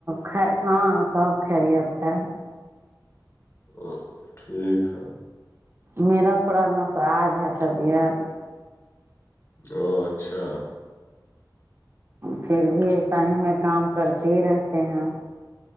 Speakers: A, on the right (about 35°); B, on the left (about 40°).
A: خ ہاں سب خریت ہے
B: ا ٹھیک ہے
A: میرا تھوڑا نساج ہے طبیعت
B: او اچھا
A: پھر بھی ایسا ہی میں کام کرتے ہی رہتے ہیں